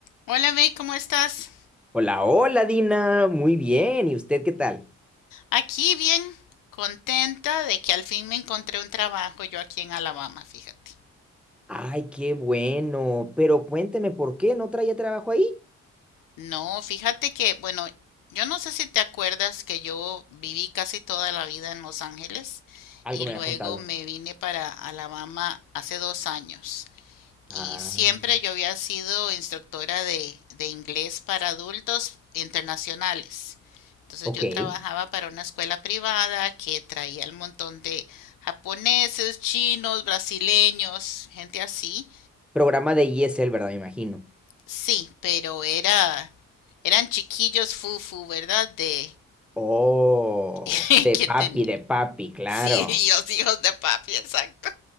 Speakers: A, on the left; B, in the centre.
A: Hola May, ¿cómo estás?
B: Hola, hola Dina, muy bien. ¿Y usted qué tal?
A: Aquí bien, contenta de que al fin me encontré un trabajo yo aquí en Alabama, fíjate.
B: Ay, qué bueno. Pero cuénteme, ¿por qué no traía trabajo ahí?
A: No, fíjate que, bueno, yo no sé si te acuerdas que yo viví casi toda la vida en Los Ángeles
B: Algo
A: y
B: me
A: luego
B: había contado.
A: me vine para Alabama hace dos años.
B: Ah,
A: Y siempre yo había sido instructora de, de inglés para adultos internacionales. Entonces
B: ok.
A: yo trabajaba para una escuela privada que traía el montón de japoneses, chinos, brasileños, gente así.
B: Programa de ISL, ¿verdad? Me imagino.
A: Sí, pero era, eran chiquillos fufu, ¿verdad? De
B: Oh,
A: <laughs>
B: de
A: que
B: papi,
A: ten-
B: de papi, claro.
A: sí, los hijos de papi, exacto.